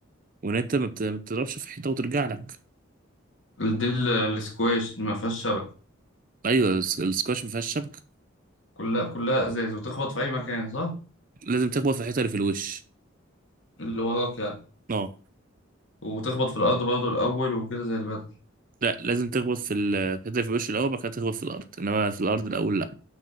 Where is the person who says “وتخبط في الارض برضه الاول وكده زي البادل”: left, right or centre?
Left